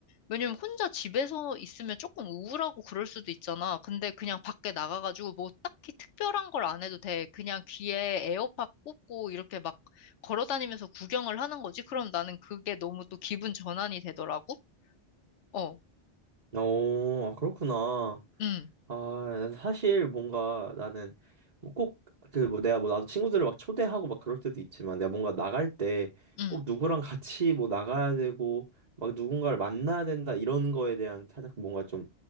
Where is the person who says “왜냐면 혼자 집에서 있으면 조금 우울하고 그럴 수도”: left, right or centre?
Left